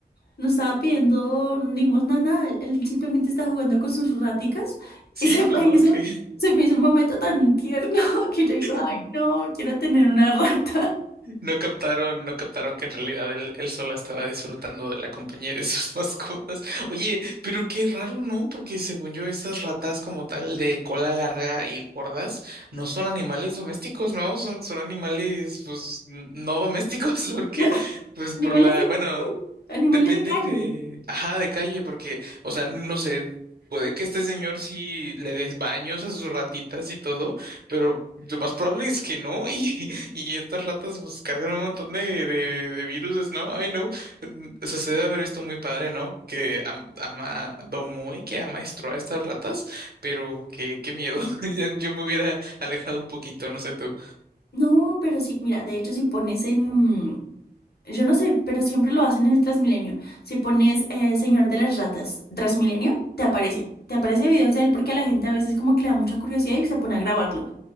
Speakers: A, on the left (about 70°); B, on the right (about 65°).
A: No estaba pidiendo limosna, nada. Él simplemente está jugando con sus raticas
B: Sí,
A: y <laughs> se
B: pues
A: me
B: no,
A: hizo,
B: que
A: se me hizo un momento tan tierno <laughs> que yo digo,
B: <laughs>
A: ay, no, quiero tener una rata.
B: No captaron, no captaron que en realidad él, él solo estaba disfrutando de la compañía de sus <laughs> mascotas. Oye, pero qué raro, ¿no? Porque según yo, esas ratas como tal de cola larga y gordas no son animales domésticos, ¿no? Son, son animales, pues, n- no domésticos, <laughs> porque,
A: <laughs>
B: pues,
A: Animales
B: por la,
A: de,
B: bueno,
A: sí, animales
B: depende
A: de calle.
B: de, ajá, de calle, porque, o sea, no sé. Puede que este señor sí le des baños a sus ratitas y todo, pero lo más probable es que no. <laughs> Y estas ratas pues cargan un montón de, de, de viruses, ¿no? Ay, no. Mm, O sea, se debe haber visto muy padre, ¿no? Que am- ama, domó y que amaestró a estas ratas, pero qué, qué miedo. <laughs> Ya- Yo me hubiera alejado un poquito, no sé tú.
A: No, pero sí, mira, de hecho si pones en... Yo no sé, pero siempre lo hacen en el Transmilenio. Si pones eh, Señor de las Ratas, Transmilenio, te aparece. Te aparece videos de él porque a la gente a veces como que le da mucha curiosidad y se pone a grabarlo.